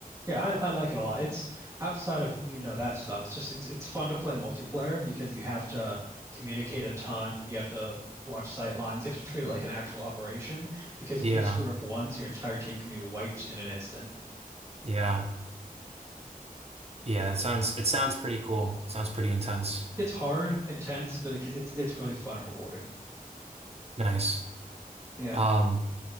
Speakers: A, on the right; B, on the right.
A: Yeah, I, I like it a lot. It's outside of, you know, that stuff. It's just it's it's fun to play multiplayer because you have to communicate a ton. You have to watch sight lines. You have to treat it like an actual operation because
B: Yeah.
A: if you screw up once, your entire team can be wiped in an instant.
B: Yeah. Yeah, it sounds it sounds pretty cool. Sounds pretty intense.
A: It's hard, intense, but it, can- it's it's really fun and rewarding.
B: Nice.
A: Yeah,
B: Um,